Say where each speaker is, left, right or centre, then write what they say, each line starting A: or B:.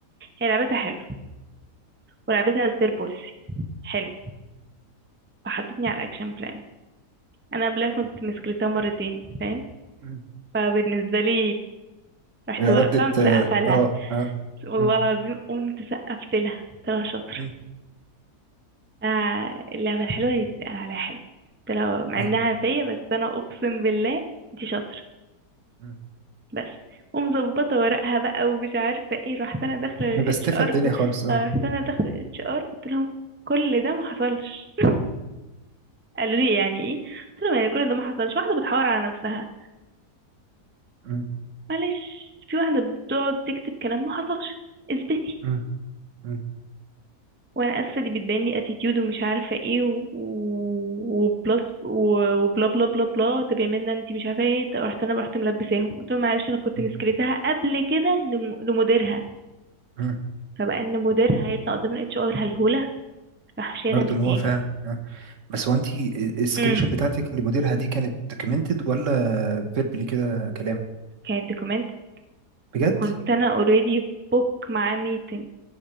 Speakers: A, on the right (about 15°); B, on the right (about 55°).
A: هي لعبتها حلو ولعبتها سبير بوليسي حلو فحطتني على الاكشن بلان انا قبلها كنت مسكرتها مرتين فاهم
B: مم.
A: فبالنسبة لي رحت
B: ردة
A: واقفة مسقفة
B: اه
A: لها
B: اه آه.
A: والله
B: مم.
A: العظيم قمت سقفت لها قلت لها شاطرة
B: مم.
A: آه اللعبة الحلوة اللي بتتقال عليها حلوة قلت لها مع
B: آه.
A: انها فيا بس انا اقسم بالله دي شاطرة
B: مم.
A: بس ومظبطة ورقها بقى ومش عارفة ايه رحت انا داخلة للاتش
B: مبستفة
A: ار
B: الدنيا خالص اه
A: رحت انا داخلة للاتش ار قلت لهم كل ده ما حصلش <laughs> قالوا لي يعني ايه قلت لهم يعني كل ده ما حصلش واحدة بتحاور على نفسها
B: مم.
A: معلش في واحدة بتقعد تكتب كلام ما حصلش اثبتي
B: مم. مم.
A: وانا اسفه دي بتبان لي اتيتيود ومش عارفه ايه و- و- وبلس و- وبلا بلا بلا بلا طب يا منى انت مش عارفه ايه طب رحت انا رحت ملبساهم قلت لهم معلش انا كنت
B: مم.
A: مسكرتها قبل كده لم- لمديرها
B: مم.
A: فبقى ان مديرها هيطلع قدام الاتش ار هلهوله راح شايلها
B: برضه
A: من التيم
B: ان هو فعلا آه. بس هو انت السكريشن
A: امم
B: بتاعتك لمديرها دي كانت دوكيومنتد ولا فيربلي كده كلام؟
A: كانت دوكيمنت
B: بجد؟
A: كنت انا اوريدي بوك معاه ميتنج